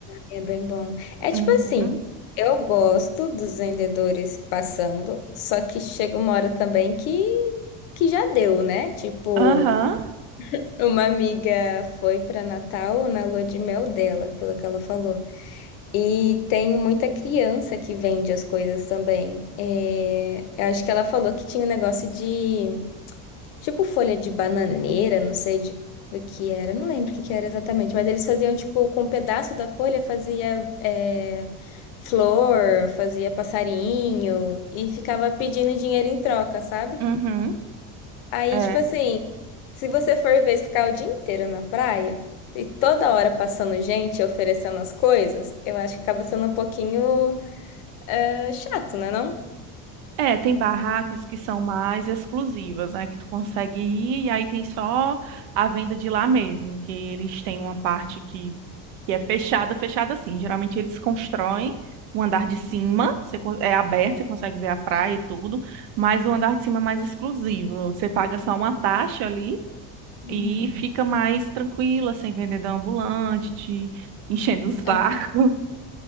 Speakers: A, on the left; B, on the right.
A: É bem bom. É
B: Uhum.
A: tipo assim, eu gosto dos vendedores passando, só que chega uma hora também que, que já deu, né? Tipo,
B: Aham.
A: uma amiga foi para Natal na lua de mel dela, pelo que ela falou. E tem muita criança que vende as coisas também. É, eu acho que ela falou que tinha um negócio de Tipo folha de bananeira, não sei de, do que era, não lembro o que que era exatamente, mas eles faziam, tipo, com um pedaço da folha fazia é, flor, fazia passarinho e ficava pedindo dinheiro em troca, sabe?
B: Uhum.
A: Aí,
B: É.
A: tipo assim, se você for ver ficar o dia inteiro na praia e toda hora passando gente oferecendo as coisas, eu acho que acaba sendo um pouquinho é, chato, né, não?
B: É, tem barracas que são mais exclusivas, né? Que tu consegue ir e aí tem só a venda de lá mesmo, que eles têm uma parte que que é fechada, fechada assim. Geralmente eles constroem o andar de cima, você con- é aberto, você consegue ver a praia e tudo, mas o andar de cima é mais exclusivo. Você paga só uma taxa ali
A: Hum,
B: e fica mais tranquila, sem vendedor ambulante, te enchendo o saco.
A: é.
B: <laughs>